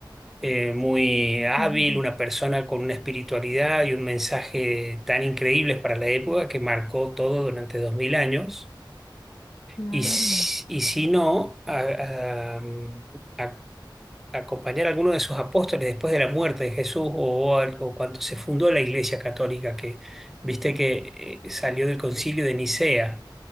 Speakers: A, in the centre; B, on the left (about 35°).
A: eh, muy hábil,
B: Sí, sí, sí,
A: una persona con una espiritualidad y un mensaje tan increíble para la época que marcó todo durante dos mil años
B: claro,
A: y, si- y si no, a- a- mm, a- acompañar a alguno de sus apóstoles después de la muerte de Jesús o, al- o cuando se fundó la Iglesia Católica, que viste que eh, salió del concilio de Nicea,